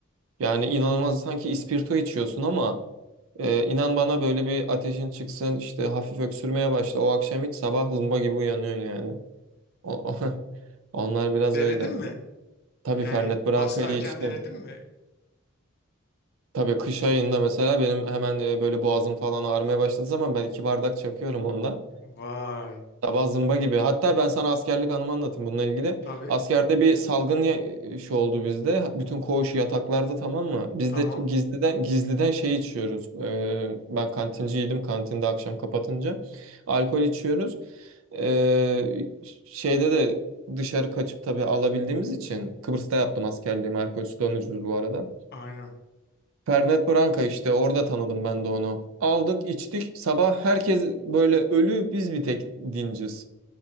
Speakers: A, on the right; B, on the left.
A: yani inanılmaz sanki ispirto içiyorsun ama e, inan bana böyle bir ateşin çıksın işte hafif öksürmeye başla o akşam hiç sabah zımba gibi uyanıyorsun yani. O, <laughs> onlar biraz
B: Denedin
A: öyle.
B: mi?
A: Tabii
B: Yani
A: Fernet Branca'yı
B: hastayken
A: içtim.
B: denedin mi?
A: Tabii kış ayında mesela benim hemen e, böyle boğazım falan ağrımaya başladığı zaman ben iki bardak çakıyorum ondan.
B: Vay.
A: Sabah zımba gibi. Hatta ben sana askerlik anımı anlatayım bununla ilgili.
B: Tabii.
A: Askerde bir salgın ya- e, şey oldu bizde. Bütün koğuş yataklarda tamam mı? Biz
B: Tamam.
A: de gizliden gizliden şey içiyoruz. Ee, ben kantinciydim. Kantinde akşam kapatınca alkol içiyoruz. Ee, şeyde de dışarı kaçıp tabii alabildiğimiz için Kıbrıs'ta yaptım askerliğimi. Alkol sulanıcıydı bu arada.
B: Aynen.
A: Fernet Branca işte orada tanıdım ben de onu. Aldık, içtik. Sabah herkes böyle ölü, biz bir tek dinciz.